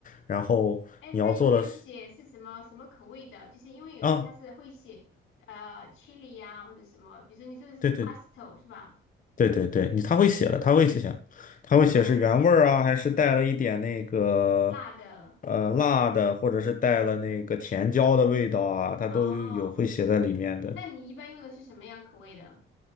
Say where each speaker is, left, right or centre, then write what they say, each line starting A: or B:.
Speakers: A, on the left; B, on the left.
A: 然后你要做的是
B: 哎，它有没有写是什么什么口味的？就是因为有些它是会写呃
A: 啊，
B: chili 呀、或者什么，比如说你说的是
A: 对对
B: p a s t o 是吧？
A: 对对对，你他会写的，他会写，他会写是原味儿啊，
B: 哦，
A: 还是带了一点那个
B: 辣的。
A: 呃辣的，或者是带了那个甜椒的味道啊，他都有有会写在里面的。
B: 哦，那你一般用的是什么样口味的？